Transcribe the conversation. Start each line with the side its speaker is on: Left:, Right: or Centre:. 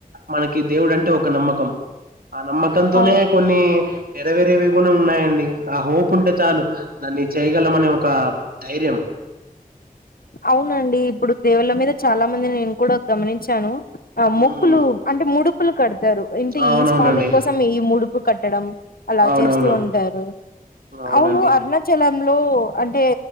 Right: మనకి దేవుడు అంటే ఒక నమ్మకం ఆ నమ్మకంతోనే
Left: అ
Right: కొన్ని నెరవేరేవి కూడా ఉన్నాయండి ఆ హోప్ ఉంటే చాలు దాన్ని చేయగలం అనే ఒక ధైర్యం <inaudible>
Left: అవునండి ఇప్పుడు దేవుళ్ళ మీద చాలా మంది నేను కూడా గమనించాను ఆ
Right: మ్మ్
Left: మొక్కులు అంటే ముడుపులు కడుతారు ఇంటే
Right: అవునవునండి
Left: ఈ స్వామి కోసం ఈ ముడుపు కట్టడం అలా
Right: అవునవును
Left: చేస్తూ ఉంటారు
Right: అవునండి
Left: అవును అరుణాచ లంలో అంటే